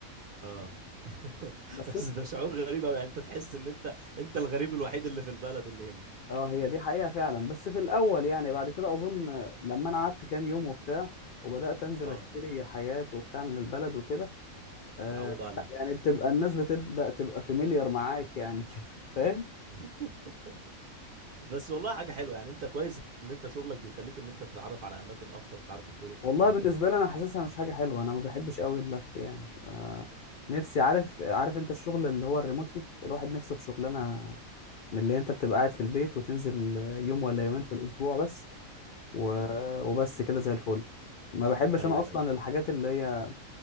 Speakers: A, on the right (about 55°); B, on the left (about 80°).
A: اه <laughs>
B: بس
A: بس ده شعور غريب قوي يعني انت تحس ان انت انت الغريب الوحيد اللي في البلد اللي هنا
B: اه هي دي حقيقة فعلا بس في الأول يعني بعد كده أظن لما أنا قعدت كام يوم وبتاع وبدأت أنزل
A: اه
B: أشتري حاجات وبتاع من البلد وكده آه
A: اتعودوا عليك
B: لا، يعني بتبقى الناس بتبدأ تبقى فاميليار معاك يعني <laughs> كده فاهم
A: <laughs> بس والله حاجة حلوة يعني انت كويس ان انت شغلك بيخليك ان انت تتعرف على اماكن اكتر وتعرف الطرق
B: والله
A: والكلام
B: بالنسبه
A: ده
B: لي انا حاسسها مش حاجه حلوه انا ما بحبش قوي اللف يعني آه، نفسي عارف عارف انت الشغل اللي هو الريموتلي الواحد نفسه في شغلانه من اللي انت بتبقى قاعد في البيت وتنزل يوم ولا يومين في الاسبوع بس و...
A: امم
B: وبس كده زي الفل ما بحبش
A: ايوه
B: انا اصلا
A: ايوه
B: الحاجات اللي هي